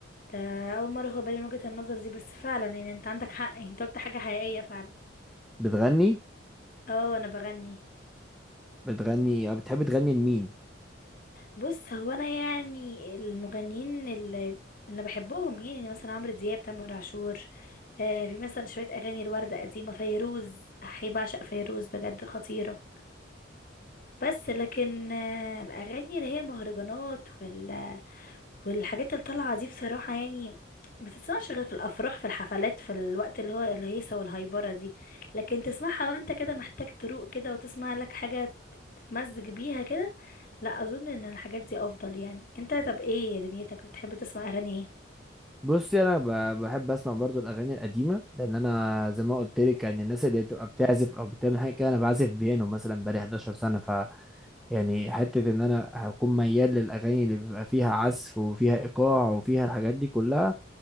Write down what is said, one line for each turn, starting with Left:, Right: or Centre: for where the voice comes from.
Left: ده أول مرة أخد بالي من وجهة النظر دي بس فعلا يعني أنت عندك حق يعني أنت قلت حاجة حقيقية فعلا
Centre: بتغني
Left: اه أنا بغني
Centre: بتغني أو بتحب تغني لمين؟
Left: بص هو انا يعني المغنيين اللي اللي بحبهم يعني مثلا عمرو دياب تامر عاشور آه في مثلا شويه اغاني الوردة قديمه فيروز احي بعشق فيروز بجد خطيره بس لكن آه الاغاني اللي هي المهرجانات وال والحاجات اللي طالعه دي بصراحه يعني ما تتسمعش غير في الافراح في الحفلات في الوقت اللي هو الهيصه والهايبره دي لكن تسمعها وانت كده محتاج تروق كده وتسمع لك حاجه تتمزج بيها كده لا اظن ان الحاجات دي افضل يعني انت طب ايه دنيتك بتحب تسمع اغاني ايه
Centre: بصي انا ب- بحب اسمع برضو الاغاني القديمه لان انا زي ما قلت لك يعني الناس اللي بتبقى بتعزف او بتعمل حاجه كده انا بعزف بيانو مثلا بقالي 11 سنه ف يعني حته ان انا هكون ميال للاغاني اللي بيبقى فيها عزف وفيها ايقاع وفيها الحاجات دي كلها